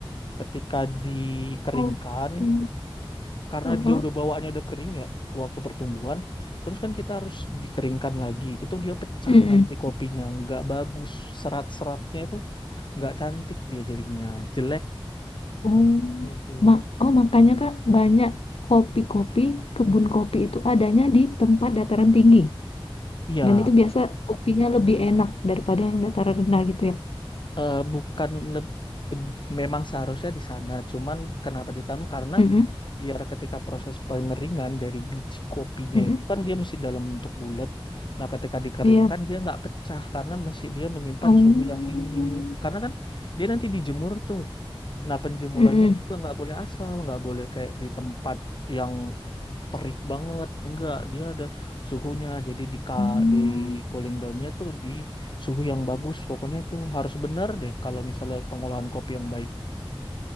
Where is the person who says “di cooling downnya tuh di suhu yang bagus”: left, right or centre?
Left